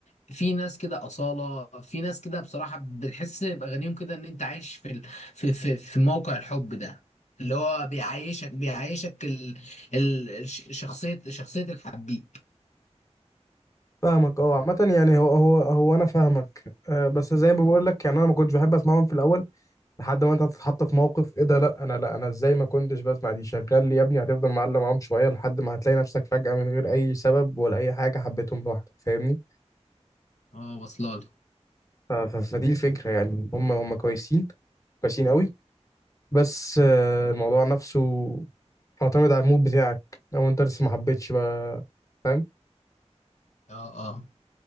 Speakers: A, on the left (about 85°); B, on the left (about 30°).
A: في ناس كده أصالة في ناس كده بصراحة بتحس بأغانيهم كده إن أنت عايش في ال... في في في موقع الحب ده اللي هو بيعيشك بيعيشك ال... ال... الش- شخصية شخصية الحبيب
B: فاهمك اه عامه يعني هو هو هو انا فاهمك أه بس زي ما بقول لك يعني انا ما كنتش بحب اسمعهم في الاول لحد ما انت هتتحط في موقف ايه ده لا انا لا انا ازاي ما كنتش بسمع دي شغال لي يا ابني هتفضل معلم معاهم شويه لحد ما هتلاقي نفسك فجاه من غير اي سبب ولا اي حاجه حبيتهم لوحدك فاهمني
A: اه واصلة لي
B: ف- ف- فدي الفكرة يعني هم هم كويسين كويسين قوي بس آه، الموضوع نفسه معتمد على المود بتاعك لو انت لسه ما حبيتش بقى فاهم
A: اه اه